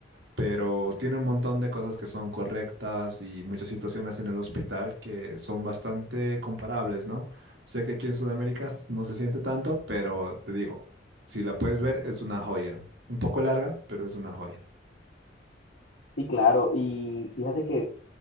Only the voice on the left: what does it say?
Y claro, y fíjate que